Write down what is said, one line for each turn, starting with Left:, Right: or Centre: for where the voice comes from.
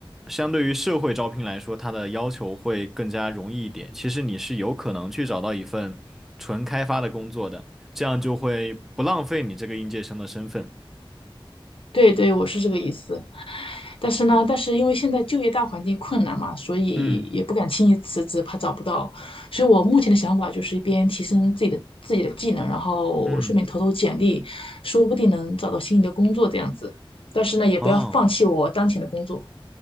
Centre: 相对于社会招聘来说，它的要求会更加容易一点。其实你是有可能去找到一份纯开发的工作的，这样就会不浪费你这个应届生的身份。
Left: 对对，我是这个意思。但是呢，但是因为现在就业大环境困难嘛，所以也不敢轻易辞职，
Centre: 嗯
Left: 怕找不到。所以我目前的想法就是一边提升自己的自己的技能，然后顺便投投简历，
Centre: 嗯，
Left: 说不定能找到心仪的工作这样子。但是呢，也不要放弃我当前的工作，
Centre: 哦。